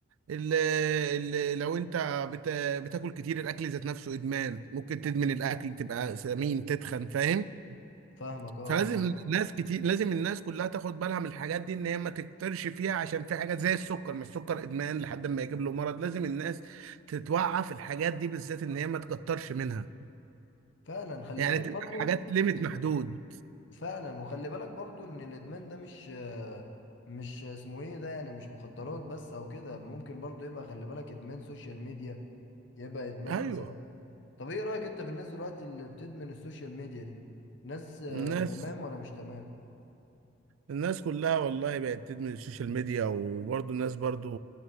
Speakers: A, on the right (about 80°); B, on the left (about 60°).
A: ال ال لو انت بت بتاكل كتير الاكل ذات نفسه ادمان ممكن تدمن الاكل تبقى سمين تتخن فاهم
B: فاهمك اه
A: فلازم
B: آه.
A: الناس كتير لازم الناس كلها تاخد بالها من الحاجات دي ان هي ما تكترش فيها عشان في حاجات زي السكر ما السكر ادمان لحد ما يجيب له مرض لازم الناس تتوعى في الحاجات دي بالذات ان هي ما تكترش منها
B: فعلا خلي
A: يعني
B: بالك
A: تبقى
B: برضو
A: حاجات ليميت محدود
B: فعلا وخلي بالك برضو ان الادمان ده مش آه، مش اسمه ايه ده يعني مش مخدرات بس او كده ممكن برضو يبقى خلي بالك ادمان سوشيال ميديا يبقى ادمان
A: ايوه
B: مثلا طب ايه رأيك انت في الناس دلوقتي اللي بتدمن السوشيال ميديا دي ناس آه،
A: الناس
B: تمام ولا مش تمام
A: الناس كلها والله بقت تدمن السوشيال ميديا وبرضه الناس برضه